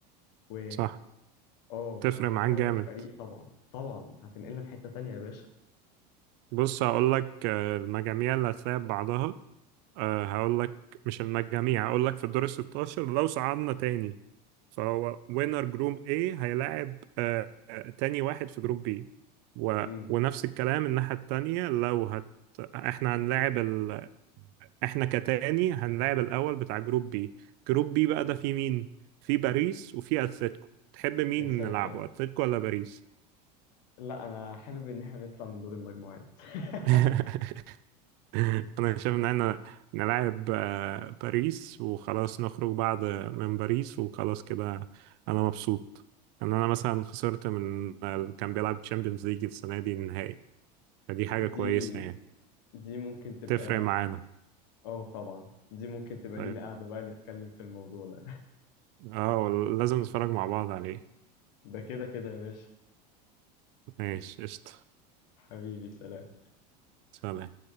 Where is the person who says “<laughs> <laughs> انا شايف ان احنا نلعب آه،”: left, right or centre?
Right